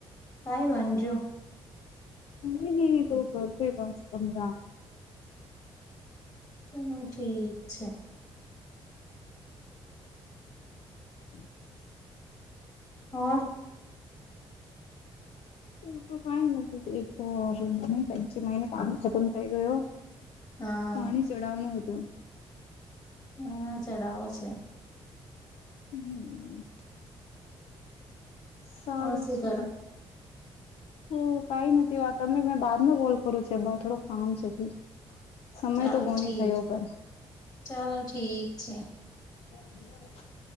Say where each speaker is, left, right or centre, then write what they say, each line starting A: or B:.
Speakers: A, on the left; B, on the left.
A: કઈ વાનજો
B: ન તો કરગ દસ પંદ
A: ચાલો ઠીક છે
B: <inaudible>
A: હોર <unintelligible>
B: હ તો કઈ નથી એકચ મહિને કામ ખતમ થઈ ગયો
A: હા
B: પાણી ચડાવનું હત
A: હા ચડાવો છે
B: હમ સારું
A: ઓર શું
B: છે
A: કરો
B: હ કઈ નથી વા તમે મેં બાદમાં કોલ કરું છે થોડું કામ છે ઠીક સમય
A: ચાલો
B: તો કોની
A: ઠીક
B: થયો પણ
A: ચાલો ઠીક છે
B: <inaudible>